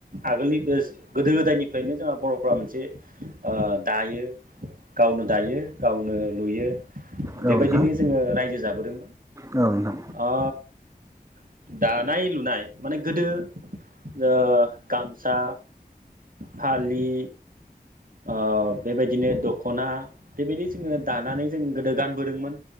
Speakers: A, on the right; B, on the right.
A: आगोलनि बोस गोदो गोदायनि निफ्रायनो जोंहा बर'फ्रा मोनसे ओ दायो। गावनो दायो गावनो लुयो
B: औ
A: बेबायदिनो
B: नोंथां
A: जोंङो रायजो जा बोदों
B: औ नोंथां
A: ओ दानाय लुनाय माने गोदो ओ गामसा फालि ओ बेबायदिनो दख'ना बेबायदि जोंङो दानानै जों गोदो गानबोदोंमोन।